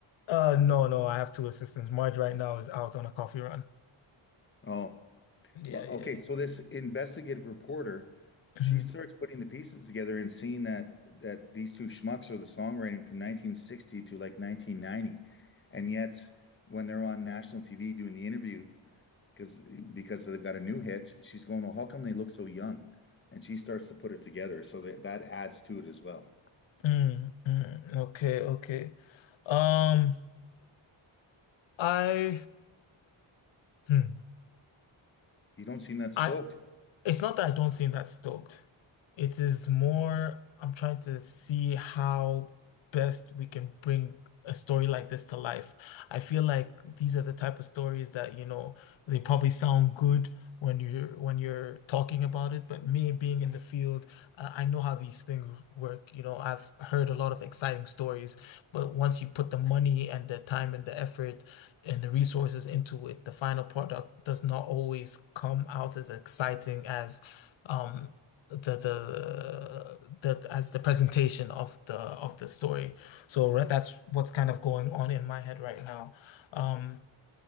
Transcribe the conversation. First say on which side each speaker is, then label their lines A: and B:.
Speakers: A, on the left; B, on the left.
A: Uh, no, no, I have two assistants. Marge right now is out on a coffee run.
B: Oh,
A: Yeah,
B: well,
A: yeah,
B: okay,
A: yeah.
B: so this investigative reporter,
A: Mhm,
B: she starts putting the pieces together and seeing that that these two schmucks are the songwriting from 1960 to like 1990. And yet when they're on national TV doing the interview, because because they've got a new hit. She's going, well, how come they look so young? And she starts to put it together. So that that adds to it as well.
A: mm, mm. Okay, okay. Um, I, hmm.
B: You don't seem that stoked.
A: I, It's not that I don't seem that stoked. It is more, I'm trying to see how best we can bring a story like this to life. I feel like these are the type of stories that, you know, they probably sound good when you're when you're talking about it, but me being in the field, uh, I know how these things work. You know, I've heard a lot of exciting stories, but once you put the money and the time and the effort and the resources into it, the final product does not always come out as exciting as um the the the as the presentation of the of the story. So re- that's what's kind of going on in my head right now. Um